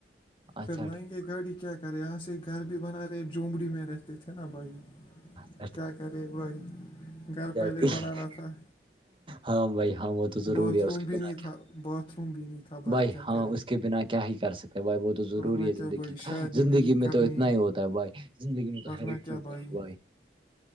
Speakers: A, on the right; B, on the left.
A: اچھا
B: پھر لنچ
A: ٹھیک
B: یہ گاڑی کیا کر رہے یہاں سے گھر بھی بنا رہے جھومڑی میں رہتے تھے نا بھائی
A: اچ
B: کیا کرے وہ گھر پہلے
A: ٹھیک
B: بنانا تھا
A: ہاں بھائی ہاں وہ تو ضروری
B: باتھ
A: ہے
B: روم
A: اس کے
B: بھی
A: بنا
B: نہیں
A: کیا
B: تھا باتھ روم بھی نہیں تھا
A: بھائی
B: کیا
A: ہاں
B: کرے
A: اس کے بنا کیا ہی کر سکتے بھائی وہ تو ضروری
B: ورنہ
A: ہے
B: کیا
A: زندگی
B: بھائی
A: کا
B: شادی
A: زندگی
B: بھی
A: میں
B: کرنی
A: تو اتنا ہی ہوتا ہے بھائی زندگی میں تو
B: ورنہ
A: ہر ایک
B: کیا
A: چیز
B: بھائی
A: افوا ہے